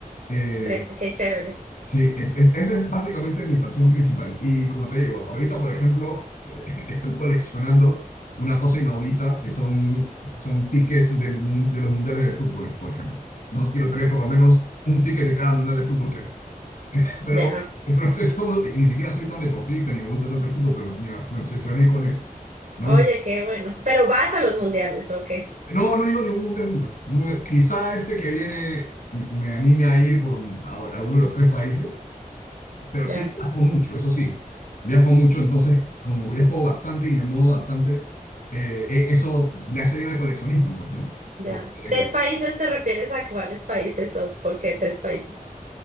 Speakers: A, on the left (about 65°); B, on the right (about 65°).
A: Eh,
B: eh, qué chévere.
A: Sí, es, es- esa es básicamente mi pasión principal. Y como te digo, ahorita, por ejemplo, eh, <laughs> estoy coleccionando una cosa inaudita que son, son tickets de, mun- de los mundiales de fútbol, por ejemplo. No quiero tener por lo menos un ticket de cada mundial de fútbol que hay. <laughs> Pero,
B: Ya.
A: pero estoy solo- ni siquiera soy tan deportista ni me gusta tanto el fútbol, pero me, me obsesioné con eso. No,
B: Oye,
A: me-
B: qué bueno. Pero vas a los mundiales, ¿o qué?
A: no, no he ido a ningún mundial nunca. No me- quizá este que viene me anime a ir por a a uno de los tres países. Pero
B: Ya,
A: sí viajo mucho, eso sí. Viajo mucho, entonces, como viajo bastante y me muevo bastante, eh, e- eso le hace bien al coleccionismo, pues, ¿no?
B: ya.
A: Porque,
B: ¿Tres países te refieres a cuáles países o por qué tres países?